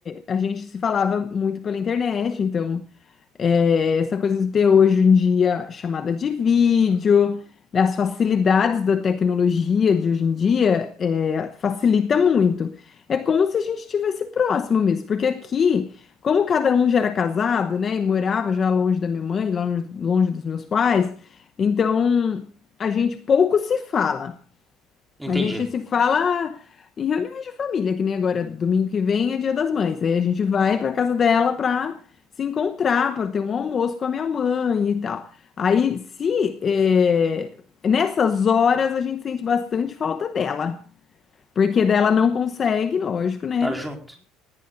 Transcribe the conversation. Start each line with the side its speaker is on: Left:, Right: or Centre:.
Left: a gente se falava muito pela internet, então é, essa coisa de ter hoje em dia chamada de vídeo, né, as facilidades da tecnologia de hoje em dia é, facilita muito. É como se a gente estivesse próximo mesmo, porque aqui, como cada um já era casado, né, e morava já longe da minha mãe, longe, longe dos meus pais, então a gente pouco se fala.
Centre: entendi.
Left: A gente se fala em reuniões de família, que nem agora, domingo que vem é Dia das Mães. Aí a gente vai para casa dela para se encontrar, para ter um almoço com a minha mãe e tal. Aí, se é, nessas horas a gente sente bastante falta dela, porque dela não consegue, lógico, né?
Centre: Tá junto.